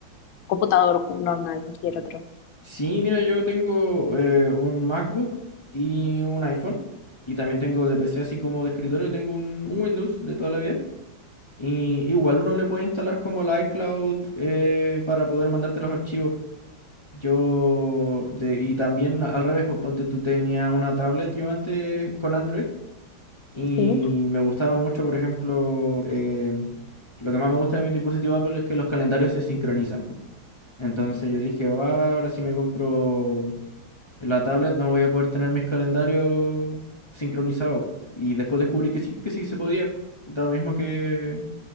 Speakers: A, on the left; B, on the left.
A: computador normal, cualquier otro.
B: Sí, mira, yo tengo eh, un MacBook y un iPhone. Y también tengo de PC así como de escritorio, tengo un, un Windows de toda la vida. Y igual uno le puede instalar como la iCloud eh, para poder mandarte los archivos. Yo, de, y también al revés, pues ponte tú tenías una tablet yo antes con Android y
A: Sí.
B: me gustaba mucho, por ejemplo, em, lo que más me gusta de mi dispositivo Apple es que los calendarios se sincronizan, pues. Entonces yo dije, va, ahora si me compro la tablet no voy a poder tener mis calendarios sincronizados. po". Y después descubrí que sí, que sí se podía, da lo mismo que